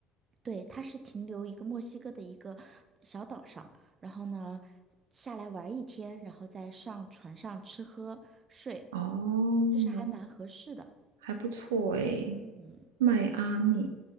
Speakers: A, on the right; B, on the right.
A: 对，它是停留一个墨西哥的一个小岛上，然后呢下来玩一天，然后再上船上吃喝睡，
B: 哦，
A: 这是还蛮合适的。
B: 还不错诶。
A: 嗯。
B: 迈阿密，